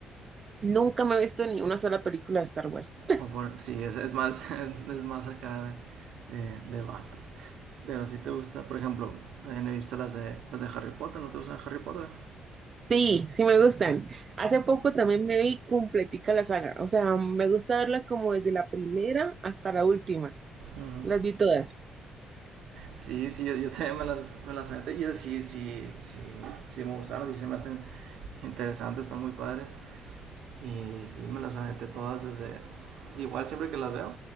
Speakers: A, on the right; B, on the right.
A: Nunca me he visto ni una sola película de Star Wars.
B: O por, sí, es, es, más, <laughs> es más acá de, de, de vatos. Pero si te gusta, por ejemplo, he visto las de, las de Harry Potter. ¿No te gusta Harry Potter?
A: Sí, sí me gustan. Hace poco también me vi completica la saga. O sea, me gusta verlas como desde la primera hasta la última.
B: Uh -huh.
A: Las vi todas.
B: Sí, sí, yo, yo, también me las, me las aventé. Y sí, sí, sí, sí me gustaron, sí se me hacen interesantes, están muy padres. Y sí, me las aventé todas desde. Igual siempre que las veo,